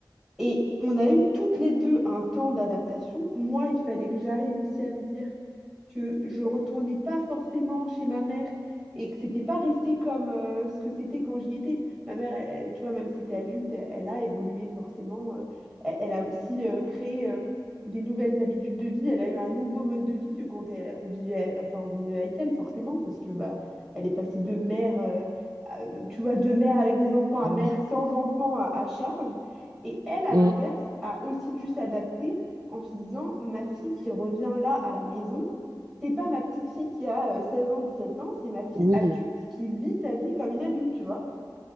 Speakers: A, in the centre; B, on the right (about 50°).
A: Et on a eu toutes les deux un temps d'adaptation. Moi, il fallait que j'arrive aussi à me dire que je retournais pas forcément chez ma mère et que c'était pas resté comme euh, ce que c'était quand j'y étais. Ma mère, elle- tu vois, même si t'es adulte, elle, elle a évolué forcément. euh, elle, elle a aussi euh, créé euh, des nouvelles habitudes de vie. Elle a eu un nouveau mode de vie que quand elle- on vivait, enfin, on vivait avec elle, forcément, parce que bah, elle est passée de mère, euh, à- euh, tu vois, de mère avec des enfants
B: Ah
A: à mère
B: bah.
A: sans enfants à à charge. Et elle, à
B: Mm.
A: l'inverse, a aussi dû s'adapter en se disant, ma fille qui revient là à la maison, c'est pas ma petite fille qui a euh, 16 ans, 17 ans, c'est ma fille
B: Oui,
A: adulte qui vit sa vie comme une adulte, tu vois.